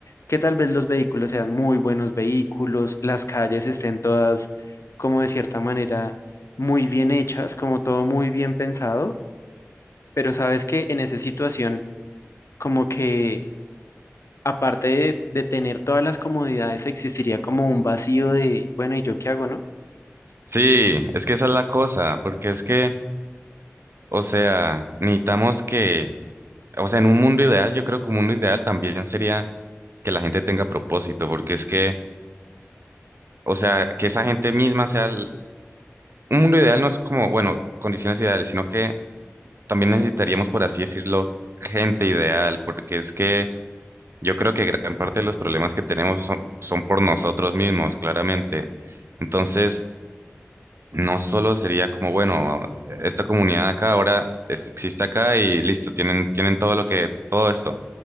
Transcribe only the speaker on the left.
que tal vez los vehículos sean muy buenos vehículos, las calles estén todas como de cierta manera muy bien hechas, como todo muy bien pensado, pero sabes que en esa situación como que aparte de, de tener todas las comodidades existiría como un vacío de, bueno, ¿y yo qué hago, no?